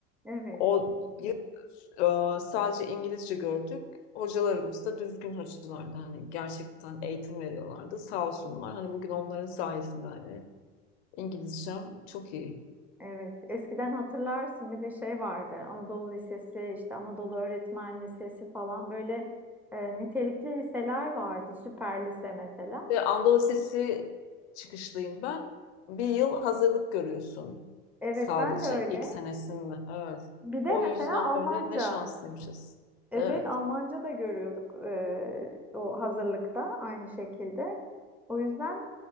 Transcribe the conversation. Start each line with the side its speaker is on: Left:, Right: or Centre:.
Centre: evet.
Left: O yıl e, sadece İngilizce gördük. Hocalarımız da düzgün hocalardı. Hani gerçekten eğitim veriyorlardı. Sağ olsunlar. Hani bugün onların sayesinde hani İngilizcem çok iyi.
Centre: Evet, eskiden hatırlarsın bir de şey vardı. Anadolu Lisesi, işte Anadolu Öğretmen Lisesi falan böyle e, nitelikli liseler vardı. Süper lise mesela.
Left: Ve Anadolu Lisesi çıkışlıyım ben. Bir yıl hazırlık görüyorsun
Centre: Evet,
Left: sadece
Centre: ben de öyle.
Left: ilk senesinde. Evet.
Centre: Bir de
Left: O
Centre: mesela
Left: yüzden
Centre: Almanca.
Left: böyle ne şanslıymışız.
Centre: Evet,
Left: Evet.
Centre: Almanca da görüyorduk e, o hazırlıkta aynı şekilde. O yüzden